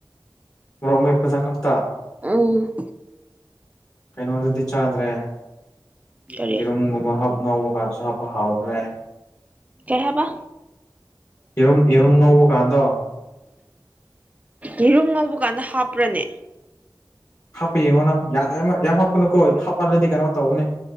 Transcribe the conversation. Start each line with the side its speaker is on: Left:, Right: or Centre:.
Left: ꯃꯔꯣꯛ ꯃꯦꯠꯄꯗ ꯈꯛꯇ
Right: ꯑꯝ
Left: ꯀꯩꯅꯣꯗꯗꯤ ꯆꯥꯗ꯭ꯔꯦ
Right: ꯀꯔꯤ
Left: ꯌꯦꯔꯨꯝꯒꯨꯝꯕ ꯍꯥꯞ ꯉꯧꯕ ꯀꯥꯟꯗꯁꯨ ꯍꯥꯞꯄ ꯍꯥꯎꯕ꯭ꯅꯦ
Right: ꯀꯩ ꯍꯥꯏꯕꯥ
Left: ꯌꯦꯔꯨꯝ ꯌꯦꯔꯨꯝ ꯉꯧꯕ ꯀꯥꯟꯗꯣ
Right: ꯌꯦꯔꯨꯝ ꯉꯧꯕ ꯀꯥꯟꯗ ꯍꯥꯞꯄ꯭ꯔꯅꯦ
Left: ꯍꯥꯞꯄ ꯌꯦꯡꯉꯣ ꯅꯪ ꯌꯥꯝ ꯍꯥꯞꯄꯅꯨꯀꯣ ꯍꯥꯞꯄꯜꯂꯗꯤ ꯀꯩꯅꯣ ꯇꯧꯕꯅꯤ